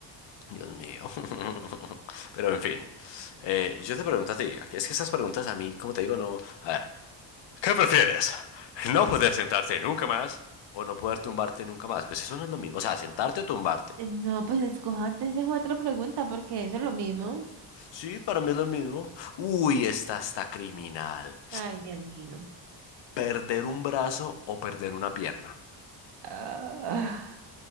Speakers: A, on the left; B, on the right.
A: Dios mío. <laughs> Pero en fin, eh, yo te pregunto a ti, es que esas preguntas a mí, como te digo, no, a ver. ¿Qué prefieres? ¿No poder sentarte nunca más o no poder tumbarte nunca más? Pues eso no es lo mismo. O sea, sentarte o tumbarte.
B: Eh, No, pues escoja antes esa otra pregunta porque eso es lo mismo.
A: Sí, para mí es lo mismo. Uy, esta está criminal.
B: Ay, Dios mío.
A: ¿Perder un brazo o perder una pierna?
B: Ah,